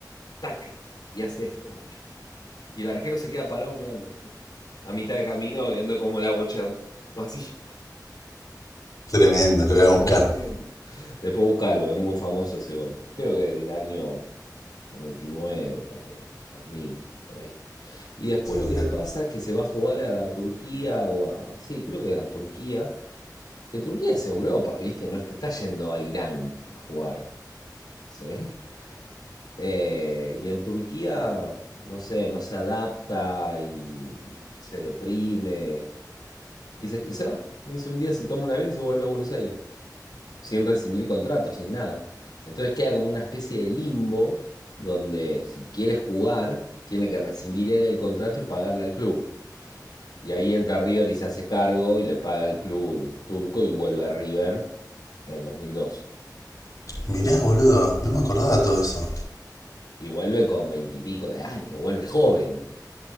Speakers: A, on the left; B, on the left.
A: Tac, y hace esto, la bocha. Y el arquero se queda parado mirando así. A mitad de camino, viendo cómo la bocha va así.
B: Tremendo, lo voy a
A: Tremendo.
B: buscar.
A: Después buscalo, es muy famoso ese gol. Creo que del año 99, ponele, 2000, por ahí. Y después lo
B: Mirá,
A: que le pasa es que se va a jugar a Turquía o a... Sí, creo que a Turquía. Que Turquía es Europa, ¿viste? No te está yendo a Irán a jugar. ¿Sí? Eh, y en Turquía, no sé, no se adapta y se deprime. Y se, y se va. Y se- un día se toma un avión y se vuelve a Buenos Aires sin rescindir contrato, sin nada. Entonces queda como una especie de limbo donde si quiere jugar, tiene que rescindir él el contrato y pagarle al club. Y ahí entra River y se hace cargo y le paga al club turco y vuelve a River en el 2002.
B: Mirá, boludo. No me acordaba todo eso.
A: Y vuelve con veintipico de años, vuelve joven.